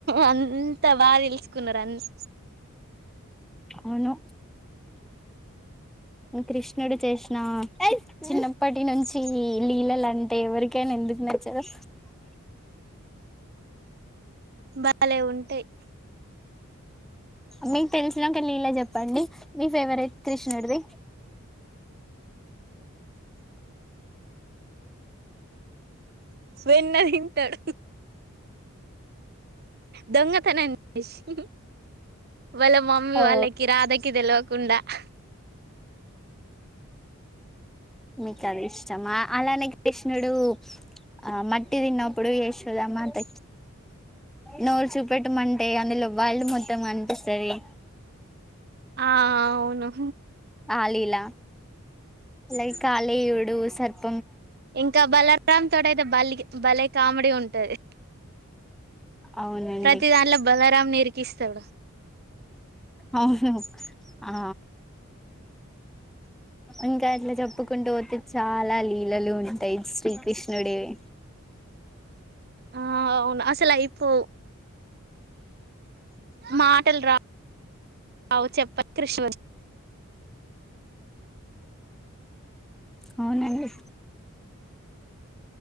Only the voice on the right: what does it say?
అంతా బాగా తెలుసుకున్నారు అంత
బాాల ఉంటాయి
వెన్న విింటాడు దొంగతనం <unintelligible> వాళ్ళ మమ్మీ
వాళ్ళకి రాధకి తెలివకుండా <inaudible>
ఆ అవును
ఇంకా బల రామ్ తోట ఇతే బల్ బల కామెడీ ఉంటుది
ప్రతి దాంట్లో బలరాం ఇరికిస్తాడు
ఆ అవును అసలు అయిపోవు మాటలు రా అ చెప్ప కృష